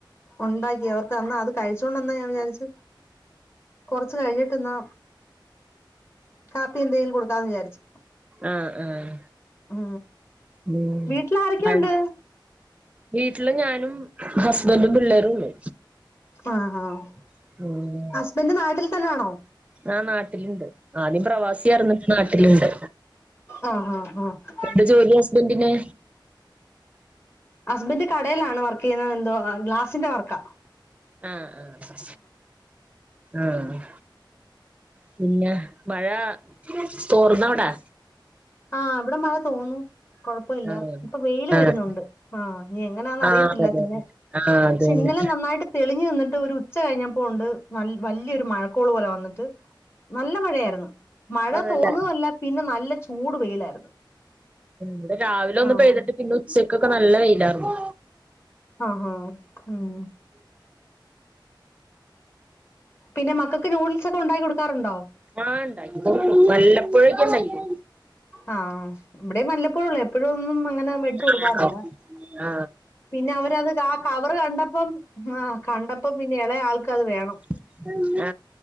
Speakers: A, on the left; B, on the right.
A: ഉണ്ടാക്കി അവർക്ക്ന്ന് അത് കഴിച്ചോണ്ടന്നാ ഞാൻ വിചാരിച്ചു കൊറച്ച് കഴിഞ്ഞിട്ട്ന്നാ കാപ്പി എന്തെലും കൊടുക്കാന്ന് വിചാരിച്ചു.
B: ആഹ് ആഹ്
A: ഉം
B: ഉം
A: വീട്ടിലാരൊക്കെയുണ്ട്
B: <unintelligible> വീട്ടില് ഞാനും ഹസ്ബന്റും പിള്ളേരുള്ളു
A: ആഹ് ആഹ്
B: <unintelligible>
A: ഹസ്ബൻഡ് നാട്ടിൽ തന്നണോ?
B: ആഹ് നാട്ടില്ണ്ട് ആദ്യം പ്രവാസിയർന്നു പ്പ നാട്ടില്ണ്ട്.
A: അ ആഹ് ആഹ്
B: എന്ത ജോലി ഹസ്ബന്റിെന്?
A: ഹസ്ബൻഡ് കടയിലാണ് വർക്കെയ്യ്ന്നെ എന്തോ ഗ്ലാസിന്റെ വർക്ക.
B: ആഹ് ആഹ് ആഹ് പിന്നെ മഴ തോർന്നവിടെ?
A: ആഹ് വിടെ മഴ തോന്നു കൊഴപ്പല്ല
B: അവിടെ
A: ഇപ്പ വെയില്
B: ആഹ്
A: വരുന്നുണ്ട് ആഹ് നീ എങ്ങനാന്ന
B: ആഹ്
A: അറിയത്തില്ല
B: ആഹ് അതെ
A: പിന്നെ
B: ആഹ്
A: പക്ഷെ
B: അതന്നെ.
A: ഇന്നലെ നന്നായിട്ട് തെളിഞ്ഞു നിന്നിട്ട് ഒരു ഉച്ച കഴിഞ്ഞപ്പോ ഉണ്ട് വ വലിയൊരു മഴക്കോള് പോലെ വന്നിട്ട് നല്ല മഴയായിരുന്നു മഴ
B: അതല്ല
A: തോന്നതല്ല പിന്നെ നല്ല ചൂട് വെയിലായിരുന്നു.
B: വിടെ രാവിലെ ഒന്ന്
A: ആഹ്
B: പെയ്തിട്ട് പിന്നെ ഉച്ചക്കൊക്കെ നല്ല വെയിലാർന്നു.
A: ആഹ് ഹ ഉം പിന്നെ മക്കൾക്ക് നൂഡിൽസൊക്കെ ഉണ്ടാക്കി കൊടുക്കാറുണ്ടോ?
B: ആഹ് ഇണ്ടാക്കി കൊടുക്കും വല്ലപ്പോഴേക്ക ഇണ്ടാക്കി കൊ
A: ആഹ് ഇവിടെ വല്ലപ്പൊഴള്ളൂ എപ്പോഴൊന്നും അങ്ങനെ മേടിച്ചു
B: ആ
A: കൊടുക്കാറില്ല. പിന്നെ അവരത് കാ കവറ് കണ്ടപ്പം ആഹ് കണ്ടപ്പ പിന്നെ ഇളയ ആൾക്കത് വേണം.
B: <unintelligible>